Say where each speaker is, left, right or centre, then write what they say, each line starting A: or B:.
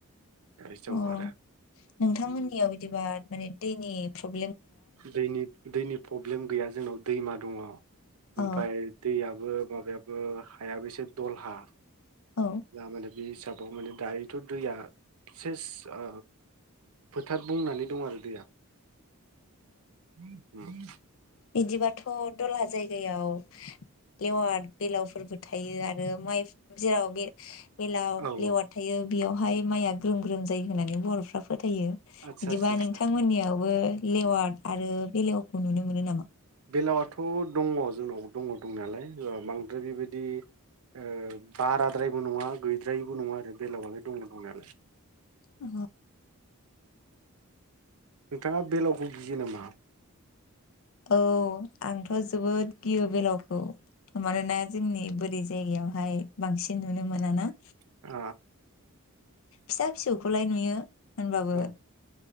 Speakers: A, on the right; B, on the left.
A: गायजाव
B: अ
A: आरो
B: नोंथांमोननियाव दिबा माने दैनि प्रब्ल
A: दैनि दैनि प्रब्लेम गैया जोंनाव दैमा दङ। ओमफ्राय
B: अ
A: दैयाबो माबायाबो हायाबो एसे दलहा
B: औ
A: <unintelligible> बे हिसाबाव माने दायोथ' दैया सेस ओ फोथार बुंनानै दं आरो दैया। <unintelligible>
B: इदिबाथ' दलाहा जायगायाव लेवार बेलावफोरबो थायो आरो माइ जेराव बे बेलाव
A: औ औ
B: लेवार थायो बेयावहाय माइआ ग्रोम ग्रोम जायो होननानै बरफ्रा फो थायो बिदिबा
A: आदसा आदसा आदसा
B: नोंथांमोननियावबो लेवार्ड आरो बेलेव खौ नुनो मोनो नामा
A: बेलावथ दङ जोंनाव दङ दं नालाय बांद्राय बेबायदि ओ बाराद्रायबो नङा गैद्रायबो नङा आरो बेलावलाय दङ दं नालाय
B: अ
A: नोंथाङा बेलावखौ गियो नामा
B: औ आंथ' जोबोद गियो बेलाव औ मानोना जोंनि बोर बे जायगायावहाय बांसिन नुनो मोना ना
A: अ
B: फिसा फिसौ बेखौलाय नुयो होनबाबो
A: औ